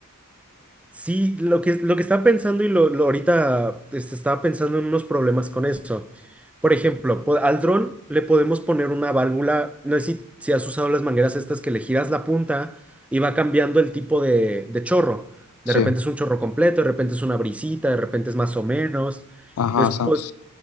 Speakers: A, in the centre; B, on the left.
A: Sí, lo que, lo que estaba pensando y lo, lo ahorita este, estaba pensando en unos problemas con eso. Por ejemplo, po- al dron le podemos poner una válvula, no sé si, si has usado las mangueras estas que le giras la punta y va cambiando el tipo de, de chorro.
B: Sí,
A: De repente es un chorro completo, de repente es una brisita, de repente es más o menos.
B: ajá,
A: Entonces,
B: sa-
A: po-